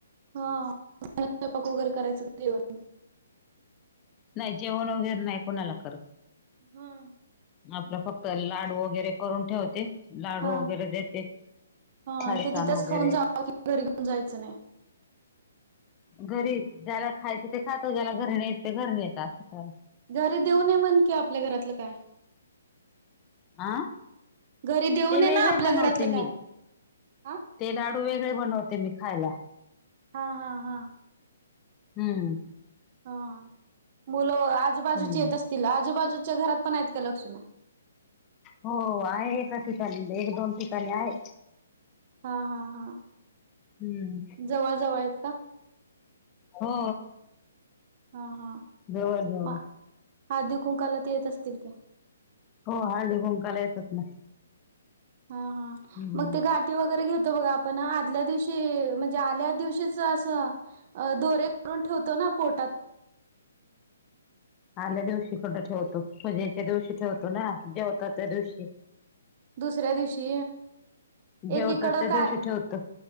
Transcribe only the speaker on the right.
हा, त्यांना सैपाक वगैरे करायचं का जेवण.
हां.
हा
हा,
ते तिथेच
खाऊन जाव, घरी घेऊन जायचं नाही.
घरी देऊ ने म्हण की आपल्या घरातलं काय.
घरी देऊ
नये
ना आपल्या
घरातलं
काय. हा
हा हा हा.
हा, मुलं आजूबाजूची
येत असतील, आजूबाजूच्या घरात पण आहेत का लक्ष्मी.?
हा हा हा,
जवळ जवळ आहेत का?
हा हा,
म आळदी कुंकाला ते येत असतील की.
हा हा,
मग ते गाठ ठी वगैरे घेतो बघा आपण, आदल्या दिवशी म्हणजे आल्या दिवशीच असं अ दोरे करून ठेवतो ना पोटात.
दुसऱ्या दिवशी,,
एकीकडं
काय